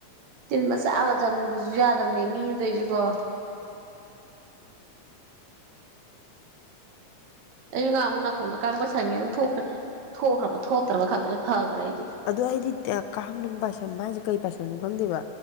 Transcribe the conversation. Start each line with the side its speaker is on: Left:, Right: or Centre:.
Right: ꯇꯤꯟ ꯃꯆꯥ ꯑꯃ ꯆꯪꯕꯁꯨ ꯌꯥꯗꯕꯅꯦ ꯃꯤꯗꯩꯁꯨ ꯀꯣ ꯑꯩꯁꯨ ꯉꯥꯃꯨꯛ ꯅꯥꯀꯣꯡꯗ ꯀꯥꯡꯕ ꯁꯪꯉꯦ ꯑꯗꯨꯝ ꯊꯣꯛꯈ꯭ꯔꯦ ꯊꯣꯛꯈ꯭ꯔꯕ ꯊꯣꯛꯇ꯭ꯔꯕ ꯈꯜꯂꯦꯗ ꯐꯈ꯭ꯔꯦ ꯑꯩꯗꯤ
Left: ꯑꯗꯣ ꯑꯩꯗꯤ ꯀꯥꯡꯅꯨꯡ ꯄꯥꯏꯁꯟ ꯍꯥꯏꯁꯦ ꯀꯩ ꯄꯥꯏꯁꯟꯅꯣ ꯈꯪꯗꯦꯕ